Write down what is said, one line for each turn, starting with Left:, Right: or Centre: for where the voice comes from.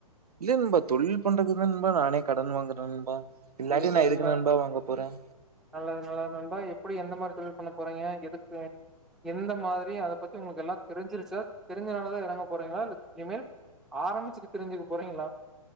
Right: இல்ல நண்பா தொழில் பண்றதுக்குதா நண்பா நானே கடன் வாங்குற நண்பா இல்லாட்டி
Centre: சேர் சேர்
Right: நான்
Centre: நண்பா
Right: எதுக்கு வாங்க போறேன்?
Centre: நல்லது நல்லது நண்பா எப் எப்டி எந்த மாரி தொழில் பன்னப் போறீங்க எடுத்து எந்த மாதிரி அத பத்தி உங்களுக்கு எல்லா தெருஞ்சுருச்சா தெருஞ்சனாலதா எறங்க போறீங்களா இல்ல இனிமேல் ஆரம்பிச்சுட்டு தெருஞ்சுக்க போறீங்களா